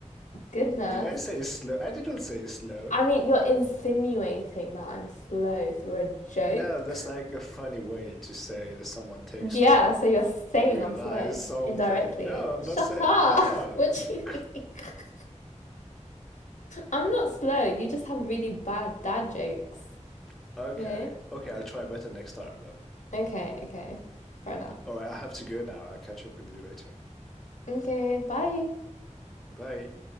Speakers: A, on the left (about 80°); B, in the centre.
A: Goodness.
B: <laughs> Did I say slow? I didn't say slow.
A: I mean, you're insinuating that I'm slow through a joke.
B: No, that's like a funny way to say that someone takes
A: Yeah,
B: time
A: so you're
B: to
A: saying
B: realize
A: I'm slow
B: something.
A: indirectly.
B: No, I'm
A: Shut
B: not saying
A: up.
B: no.
A: <laughs> What do you think? I'm not slow. You just have really bad dad jokes,
B: <laughs> okay,
A: you know?
B: okay, I'll try better next time then.
A: Okay, okay. Fair enough.
B: All right, I have to go now. I'll catch up with you later.
A: Okay, bye.
B: Bye.